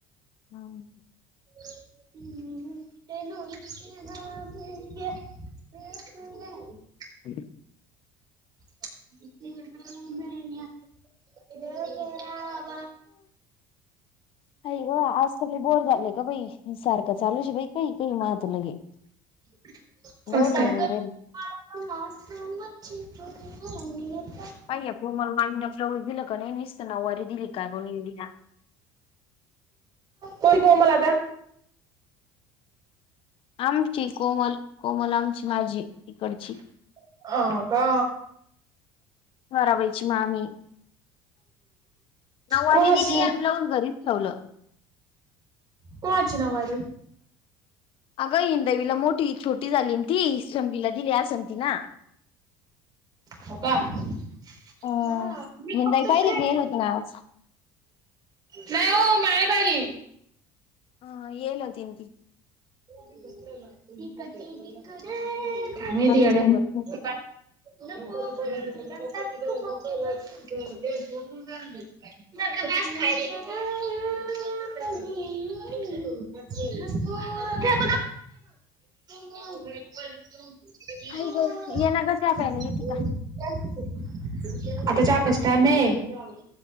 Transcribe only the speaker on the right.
हूं! <unintelligible>
<unintelligible>
मा
<unintelligible>
कोन कोमल आता?
अ का
कोणाची
कोणाची नऊवारी?
हो का हां
मी
फक्त खेळणं?
<unintelligible>
नाही हो म्या नही पहिली
<unintelligible> <unintelligible>
बस खाली <unintelligible> नको <unintelligible>
<unintelligible> आता
चहा
प्यायचा
टाइम हे